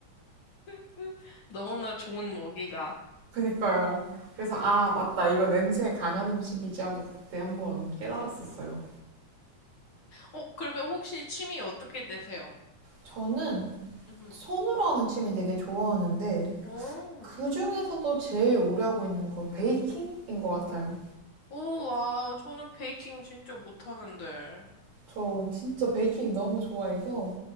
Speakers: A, on the left; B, on the right.
A: <laughs> 너무나 좋은 먹이가.
B: <laughs> 그니까요. 그래서 아, 맞다. 이거 냄새 강한 음식이지 하고 그때 한번 깨달았었어요.
A: 어, 그러면 혹시 취미 어떻게 되세요?
B: 저는
A: 음.
B: 손으로 하는 취미 되게 좋아하는데
A: 오,
B: 그 중에서도 제일 오래 하고 있는 건 베이킹인 것 같아요.
A: 오, 와, 저는 베이킹 진짜 못하는데.
B: 저 진짜 베이킹 너무 좋아해서